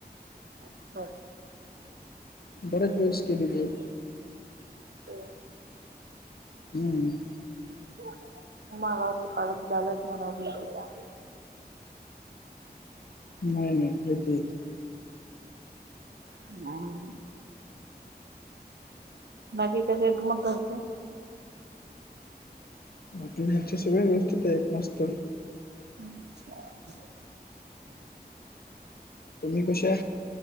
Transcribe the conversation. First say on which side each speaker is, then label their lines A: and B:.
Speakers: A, on the right; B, on the left.
A: आजचच
B: बऱ्याच वेळेस केलेली आहे.
A: हो
B: हम्म
A: <inaudible>
B: नाही नाही येत येत
A: हम्म बाकी कसे आहेत त मग घरचे
B: बकी ह्याच्या सगळे व्यवथित आहेत मस्त
A: <unintelligible>
B: तुम्ही कशा